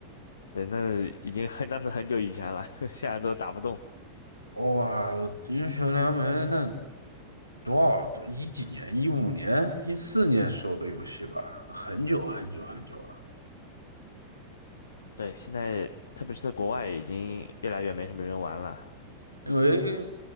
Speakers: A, on the left; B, on the left.
A: 对，那已经很，那是很久以前了，<laughs> 现在都打不动。
B: 哇，英雄联盟那多少一几年？一五年、一四年时候的游戏吧，很久很久很久了。
A: 对，现在特别是在国外，已经越来越没什么人玩了。
B: 因为